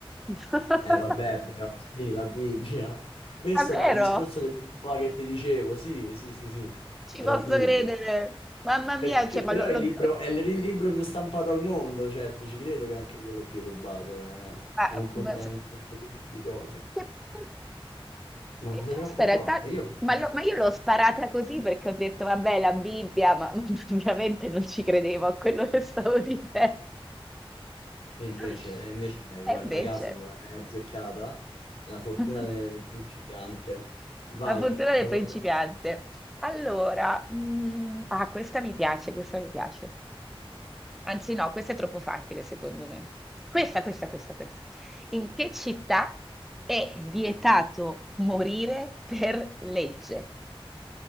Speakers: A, in the centre; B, on the left.
A: <laughs>
B: Eh vabbè, però sì, la Bibbia. Questo
A: Davvero?
B: va al discorso del libro là che ti dicevo, sì, sì, sì, sì,
A: Ci
B: è
A: posso
B: la Bibbia.
A: credere. Mamma mia,
B: Perché,
A: cioè, ma,
B: però
A: lo,
B: è
A: lo-
B: il libro, è il ri- libro più stampato al mondo, cioè ti ci credo che è anche quello più rubato, eh.
A: ma-
B: È un, con-
A: ma-
B: è
A: che-
B: un conseguenza di cose.
A: che- che-
B: Ma sei
A: questa
B: troppo
A: in
B: forte,
A: realtà,
B: io
A: ma,
B: però.
A: lo- ma io l'ho sparata così perché ho detto, vabbè, la Bibbia, ma <laughs> veramente non ci credevo a quello che stavo dicendo.
B: E invece,
A: <laughs>
B: e invece, guarda
A: E invece.
B: caso, hai azzeccata la fortuna
A: <laughs>
B: de- del principiante. Vai,
A: La fortuna
B: sono
A: del principiante. Allora, mm, ah, questa mi piace, questa mi piace. Anzi, no, questa è troppo facile, secondo me. Questa, questa, questa, questa. In che città è vietato morire per legge?